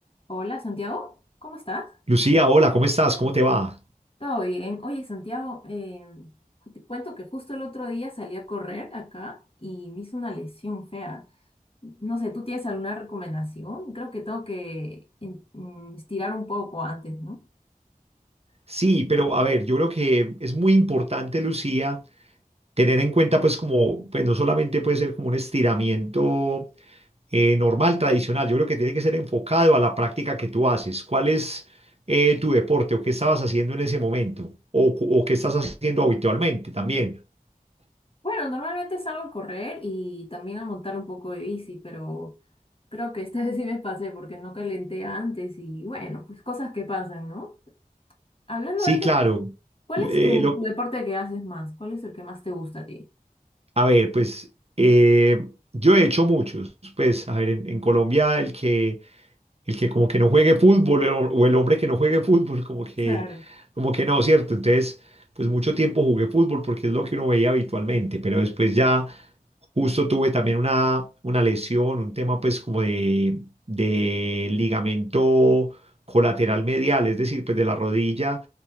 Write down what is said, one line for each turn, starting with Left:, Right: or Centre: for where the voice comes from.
Left: Hola, Santiago, ¿cómo estás?
Right: Lucía, hola, ¿cómo estás? ¿Cómo te va?
Left: Todo bien. Oye, Santiago, eh, te cuento que justo el otro día salí a correr acá y me hizo una lesión fea. No sé, ¿tú tienes alguna recomendación? Creo que tengo que en- mm, estirar un poco antes, ¿no?
Right: Sí, pero a ver, yo creo que es muy importante, Lucía, tener en cuenta pues como, pues no solamente puede ser como un estiramiento eh, normal, tradicional, yo creo que tiene que ser enfocado a la práctica que tú haces. ¿Cuál es eh, tu deporte o qué estabas haciendo en ese momento? ¿O, cu- o qué estás haciendo habitualmente también?
Left: Bueno, normalmente salgo a correr y también a montar un poco de bici, pero creo que esta <laughs> vez sí me pasé porque no calenté antes y bueno, pues cosas que pasan, ¿no? Hablando
Right: Sí,
Left: de eso,
Right: claro.
Left: ¿cuál
Right: Eh,
Left: es tu,
Right: lo-
Left: tu deporte que haces más? ¿Cuál es el que más te gusta a ti?
Right: a ver, pues eh, yo he hecho muchos. Pues, a ver, en, en Colombia el que El que como que no juegue fútbol o o el hombre que no juegue fútbol, como que,
Left: Claro.
Right: como que no, ¿cierto? Entonces, pues mucho tiempo jugué fútbol porque es lo que uno veía habitualmente, pero después ya justo tuve también una, una lesión, un tema pues como de, de ligamento colateral medial, es decir, pues de la rodilla,